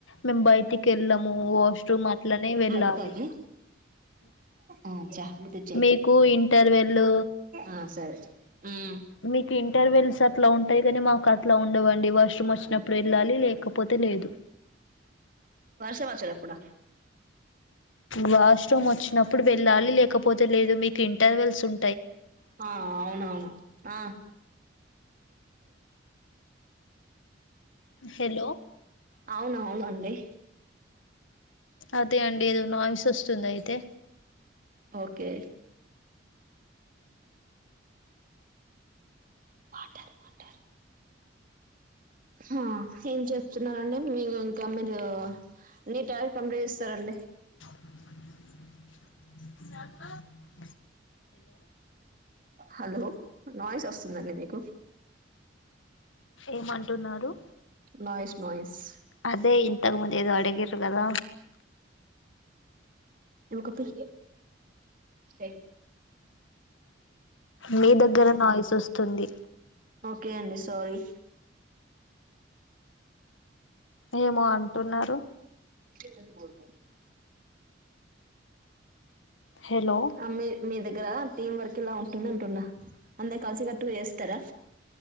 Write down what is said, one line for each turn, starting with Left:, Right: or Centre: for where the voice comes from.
Left: మేమ్ బయటి కెళ్ళము వాష్రూమ్ అట్లనే వెళ్ళాలి.
Right: చాయ్ పితాకి ఆ చా బుద్ధి చెయ్
Left: మీకు ఇంటర్వెల్. లు
Right: ఆ సరే మ్మ్
Left: మీకు ఇంటర్వెల్స్ అట్ అట్లా ఉంటాయి కాని మాకు అట్లా ఉండవండి వాష్రూమ్ వచ్చినప్పుడు వెళ్ళాలి లేకపోతే లేదు
Right: వర్షవచ్చేటప్పుడ
Left: వాష్రూమ్ వచ్చినప్పుడు వెళ్ళాలి లేకపోతే లేదు మీకు ఇంటర్వెల్స్ ఉం
Right: ఆ అవునవును ఆ
Left: హలో
Right: అవున అవును అండి
Left: అదే అండి ఏదో నాయిస్ వస్తుంది అయితే
Right: ఓకే వాటర్ వాటర్ ఆ ఏం చెప్తున్నరండి మీరు ఇంకా మీరు నీటై కంప్లీట్ చెస్తారండి
Left: నా
Right: హలో నయిస్ వస్తుందండి మీకు
Left: ఏమంటున్నారు
Right: నయిస్ నయిస్
Left: అదే ఇంతకు్ ముంద ఏదో అడిగిర్రుకదా
Right: నుకప్పు స
Left: మీ దగ్గర నాయిస్ వస్తుంది
Right: కే అండి సోరి
Left: ఏమో అంటున్నారు
Right: మీలాస బోత
Left: హలో
Right: ఆ మీ మీ దగ్ గ్గర టీం వర్క్ ఇలా ఉంటుంది అంటున్నా అందే కలిసిగట్టుగా చేస్తారా